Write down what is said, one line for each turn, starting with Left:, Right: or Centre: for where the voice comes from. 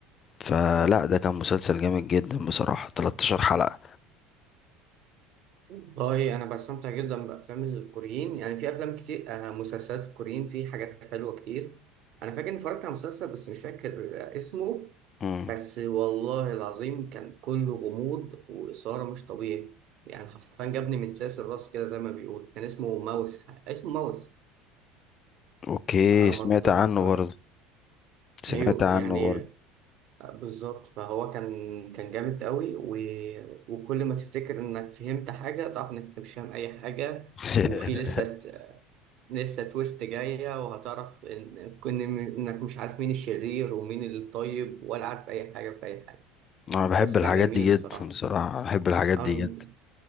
Left: فلا ده كان مسلسل جامد جدا بصراحة 13 حلقة
Right: والله انا بستمتع جدا بافلام الكوريين يعني في افلام كتير آه، مسلسلات الكوريين في حاجات حلوه كتير انا فاكر اني اتفرجت على مسلسل بس مش فاكر آه، اسمه
Left: مم.
Right: بس والله العظيم كان كله غموض واثاره مش طبيعي يعني حرفيا جابني من ساس الراس كده زي ما بيقول كان اسمه ماوس اسمه ماوس
Left: اوكي
Right: على
Left: سمعت
Right: ما اتذكر
Left: عنه برضه سمعت
Right: ايوه
Left: عنه
Right: يعني
Left: برضه
Right: آه، بالظبط فهو كان كان جامد قوي و... وكل ما تفتكر انك فهمت حاجه تعرف انك أنت مش فاهم اي حاجه
Left: <laughs>
Right: وفي لسه لسه تويست جاية وهتعرف إن كن إنك مش عارف مين الشرير ومين الطيب ولا عارف أي حاجة في أي حاجة
Left: انا بحب
Right: بس
Left: الحاجات
Right: كان جميل
Left: دي
Right: الصراحة
Left: جدا بصراحة بحب الحاجات
Right: أن...
Left: دي جدا